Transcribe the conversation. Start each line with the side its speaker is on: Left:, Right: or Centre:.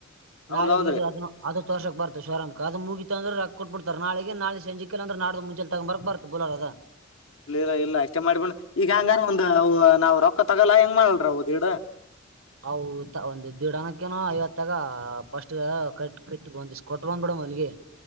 Right: ನಾಳೆ
Left: ಹೌದೌದ್ರಿ
Right: ಹಯ್ದದ ತೋಷಕ್ ಬತು ಶರಾಮಕ್ ಅದು ಮುಗಿತ ಅ್ರೆ ಕೊಟ್ ಬಿಡ್ತ ನಾಳೆ ನಾಳ ಸಂಜೆ ಅ್ರೆ ನಡದ ಮುಂೆ ತಗ ಬರಕ್ ಬತ ಬಲರ್ ಅ ಹ
Left: ಇಲ್ಲ ಇಲ್ಲ ಇಷ್ಟೇ ಮಾಡ್ಕೊಂಡ್ ಈಗ ಹಂಗಾರ ಒಂದು ನಾವ್ ರೊಕ್ಕ ತಗೋಲ್ಲಾ ಹೆಂಗ ಮಾಡಲ್ರ ದೀಡ
Right: ಹೌ ಒಂದು ದಿಡಾನ ಅಕನ ಐವತ್ತಾಗ ಫಸ್ಟ್ ಕ ಕಟ್ಟ ಬಂದ ಕೊಟ್ ಬಂದ್ ಬಿಿಡ ಮನಗೆ